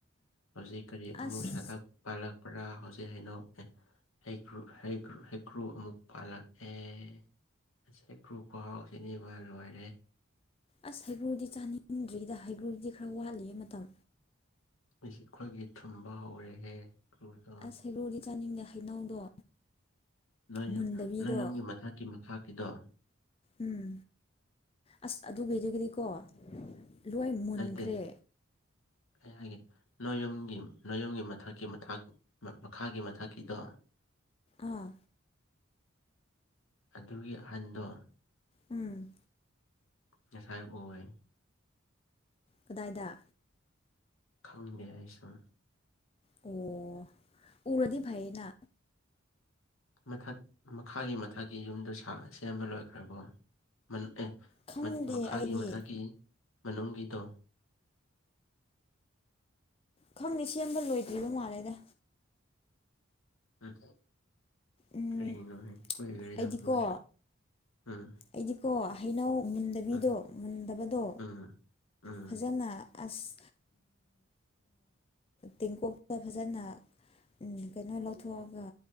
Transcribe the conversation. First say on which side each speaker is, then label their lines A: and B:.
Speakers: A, on the left; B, on the left.
A: ꯍꯧꯖꯤꯛ ꯀꯔꯤ ꯑꯃꯨꯛ
B: ꯑꯁ
A: ꯁꯥꯠꯂꯛ ꯄꯥꯜꯂꯛꯄ꯭ꯔꯥ ꯍꯧꯖꯤꯛ ꯍꯩꯅꯧ ꯑꯦ ꯍꯩꯀ꯭ꯔꯨ ꯍꯩꯀꯔꯨ ꯍꯩꯀ꯭ꯔꯨ ꯑꯃꯨꯛ ꯄꯥꯜꯂꯛꯑꯦ ꯉꯁ ꯀ꯭ꯔꯨꯞ ꯀꯔꯥꯎꯁꯤꯅꯤ ꯃꯣꯏ ꯂꯣꯏꯔꯦ
B: ꯑꯁ ꯍꯩꯒ꯭ꯔꯨꯗꯤ ꯆꯥꯅꯤꯡꯗ꯭ꯔꯤꯗ ꯍꯩꯒ꯭ꯔꯨꯗꯤ ꯈ꯭ꯔ ꯋꯥꯠꯂꯤꯌꯦ ꯃꯇꯝ꯫
A: ꯑꯩꯈꯣꯏꯒꯤ ꯊꯨꯝꯕ ꯍꯧꯔꯦꯍꯦ ꯭ꯔꯨꯗꯣ
B: ꯊꯩꯕꯣꯡꯗꯤ ꯆꯥꯅꯤꯡꯗꯦ ꯍꯩꯅꯧꯗꯣ
A: ꯅ
B: ꯃꯨꯟꯗꯕꯤꯗꯣ
A: ꯅꯣꯏ ꯌꯨꯝꯒꯤ ꯃꯊꯛꯀꯤ ꯃꯈꯥꯀꯤꯗꯣ
B: ꯎꯝ ꯑꯁ ꯑꯗꯨꯒꯤꯗꯨꯗꯒꯤꯗꯤꯀꯣ ꯂꯣꯏ ꯃꯨꯟꯈ꯭ꯔꯦ
A: ꯅꯠꯇꯦ ꯑꯩ ꯍꯥꯏꯒꯦ ꯅꯣꯏ ꯌꯨꯝꯒꯤ ꯅꯣꯏ ꯌꯨꯝꯒꯤ ꯃꯊꯛꯀꯤ ꯃꯊꯥꯛ ꯃꯈꯥꯒꯤ ꯃꯊꯛꯀꯤꯗꯣ
B: ꯑꯥ
A: ꯑꯗꯨꯒꯤ ꯑꯍꯟꯗꯣ
B: ꯎꯝ
A: ꯉꯁꯥꯏ ꯑꯣꯏ
B: ꯀꯗꯥꯏꯗ
A: ꯈꯪꯗꯦ ꯑꯩꯁꯨ꯫
B: ꯑꯦꯌꯥ ꯌꯥ ꯌꯥ ꯎꯔꯗꯤ ꯐꯩꯌꯦꯅ꯫
A: ꯃꯊꯛ ꯃꯈꯥꯒꯤ ꯃꯊꯛꯀꯤ ꯌꯨꯝꯗꯨ ꯁꯥ ꯁꯦꯝꯕ ꯂꯣꯏꯈ꯭ꯔꯕꯣ ꯃꯟ ꯑꯦ
B: ꯈꯪꯗꯦ
A: ꯃꯈꯥꯒꯤ
B: ꯑꯩꯗꯤ
A: ꯃꯊꯛꯀꯤ ꯃꯅꯨꯡꯒꯤꯗꯣ
B: ꯈꯪꯗꯦ ꯁꯦꯝꯕ ꯂꯣꯏꯗ꯭ꯔꯤꯕ ꯃꯥꯜꯂꯦꯗ
A: ꯎꯝ
B: ꯎꯝ
A: ꯀꯔꯤꯅꯣ ꯍꯥꯏ ꯀꯨꯏꯒꯔꯤꯗꯥ
B: ꯑꯩꯗꯤꯀꯣ
A: ꯃꯣꯏꯁꯨ ꯎꯝ
B: ꯑꯩꯗꯤꯀꯣ ꯍꯩꯅꯧ ꯃꯨꯟꯗꯕꯤꯗꯣ
A: ꯎꯝ
B: ꯃꯨꯟꯗꯕꯗꯣ
A: ꯎꯝ ꯎꯝ
B: ꯐꯖꯅ ꯑꯁ ꯇꯦꯡꯀꯣꯛꯇ ꯐꯖꯅ ꯎꯝ ꯀꯩꯅꯣ ꯂꯧꯊꯣꯛꯑꯒ